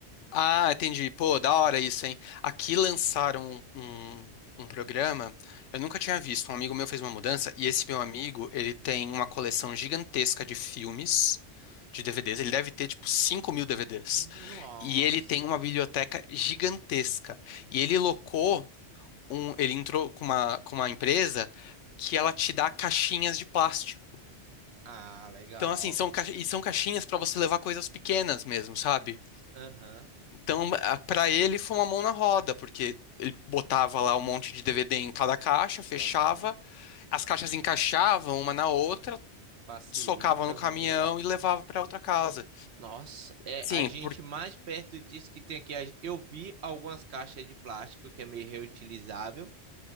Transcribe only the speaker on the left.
Ah, entendi. Pô, da hora isso, hein? Aqui lançaram um, um um programa, eu nunca tinha visto. Um amigo meu fez uma mudança e esse meu amigo, ele tem uma coleção gigantesca de filmes, de DVDs. Ele deve ter, tipo, cinco mil DVDs.
E ele tem uma biblioteca gigantesca. E ele locou um, ele entrou com uma, com uma empresa que ela te dá caixinhas de plástico.
Então, assim, são, caixa- e são caixinhas para você levar coisas pequenas mesmo, sabe?
Então, para ele foi uma mão na roda, porque ele botava lá um monte de DVD em cada caixa, fechava,
as caixas encaixavam uma na outra,
socava no caminhão
e levava para outra casa.
Assim,
por...